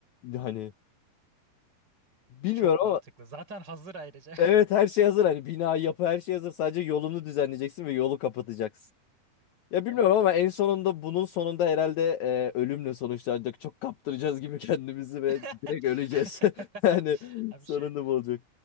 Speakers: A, on the left; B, on the right.
A: hani bilmiyorum
B: Çok mantıklı.
A: ama
B: Zaten hazır ayrıca.
A: evet her şey hazır hani bina yapı her şey hazır sadece yolunu düzenleyeceksin ve yolu kapatacaksın.
B: <laughs>
A: Ya bilmiyorum
B: Evet.
A: ama en sonunda bunun sonunda herhalde e, ölümle sonuçlanacak. Çok kaptıracağız gibi <laughs> kendimizi ve
B: <laughs>
A: direkt öleceğiz <laughs> Yani
B: Abi
A: sonunda
B: şey
A: bu olacak.